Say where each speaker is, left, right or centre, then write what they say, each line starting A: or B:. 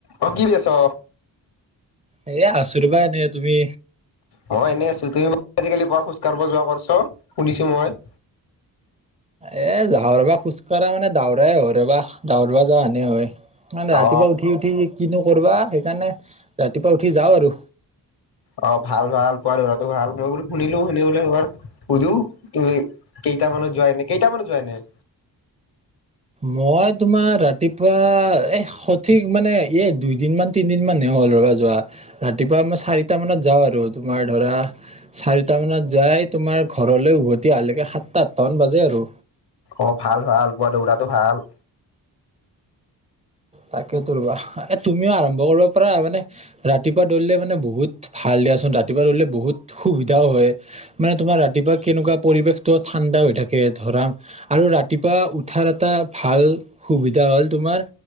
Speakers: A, on the left; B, on the right.
A: অ কি কৰি আছ <inaudible>
B: এ আছোঁ ৰবা এনে তুমি
A: মই এনেই আছোঁ তুমি আজিকালি পুৱা খোজ কঢ়িব যোৱা কৰিছ শুনিছো মই।
B: এ যাওঁ ৰবা খোজ। খোজ কঢ়া মানে দৌৰাই হয় ৰবা দৌৰাব যানেই হয় মানে ৰাতিপুৱা
A: অ
B: উঠি উঠি কিনো কৰবা সেইকাৰণে। ৰাতিপুৱা উঠি যাওঁ আৰু
A: অ ভাল ভাল পোৱা ভাল মই বোলো শুনিলো শুনি বোলে সুধো তুমি কেইটা মানত যায় নাই কেইটা মানত যোৱা এনেই
B: মই তোমাৰ ৰাতিপুৱা এ সঠিক মানে এ দুইদিন মান তিনদিন মানে হ'ল ৰবা যোৱা। ৰাতিপুৱা মই চাৰিটা মানত যাওঁ আৰু। তোমাৰ ধৰা চাৰিটা মানত যাই। তোমাৰ ঘৰলৈ উভতি আহালৈকে সাতটা আঠটামান বাজে আৰু।
A: অ ভাল ভাল পুৱা দৌৰাটো ভাল
B: তাকে তো ৰবা এ তুমিও আৰম্ভ কৰিব পাৰা মানে ৰাতিপুৱা দৌৰিলে মানে বহুত ভাল দিয়াচোন ৰাতিপুৱা দৌৰিলে বহুত সুবিধাও হয় মানে তোমাৰ ৰাতিপুৱা কেনেকুৱা পৰিৱেশটো ঠাণ্ডা হৈ থাকে ধৰা আৰু ৰাতিপুৱা উঠাৰ এটা ভাল সুবিধা হ'ল তোমাৰ